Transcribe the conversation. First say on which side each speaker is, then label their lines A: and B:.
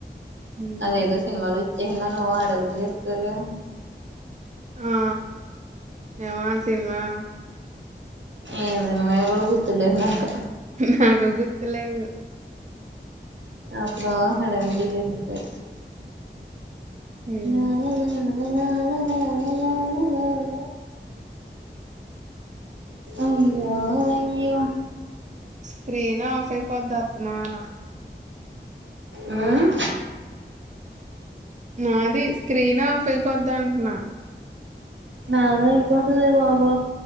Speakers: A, on the right; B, on the right.
A: హ్మ్
B: అదేదో సినిమాలో చిన్నాను అడవిలు చేస్తారుగా
A: ఆ యవ సినిమా
B: ఎం తినమో కూడా గుర్తులే నాకు
A: నాకు గుర్తులేదు
B: అప్పుడు హడావిడి చేసేసారు
A: హ్మ్.
B: అదేలే ల లాల లాల లాల అయ్యో అయ్యో
A: స్క్రీన్ ఆఫ్ దాత్మాన
B: హ్మ్
A: నాది స్క్రీన్ ఆఫ్ అయిపోది అంట్నా
B: నదా అయిపోతదే బాబు